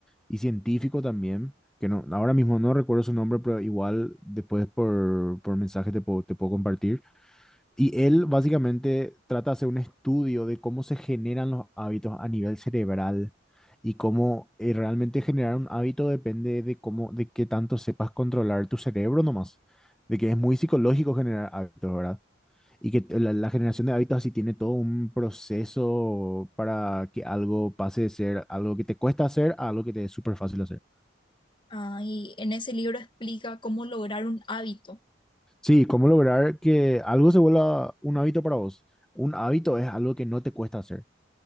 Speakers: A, in the centre; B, on the left (about 25°).
A: y científico también, que no, ahora mismo no recuerdo su nombre, pero igual después por, por mensaje te puedo, te puedo compartir y él básicamente trata de hacer un estudio de cómo se generan los hábitos a nivel cerebral y cómo eh, realmente generar un hábito depende de cómo, de qué tanto sepas controlar tu cerebro nomás, de que es muy psicológico generar hábitos, ¿verdad? Y que t- la, la generación de hábitos así tiene todo un proceso para que algo pase de ser algo que te cuesta hacer a algo que te es súper fácil hacer.
B: Ah, y en ese libro explica cómo lograr un hábito.
A: Sí, cómo lograr que algo se vuelva un hábito para vos. Un hábito es algo que no te cuesta hacer.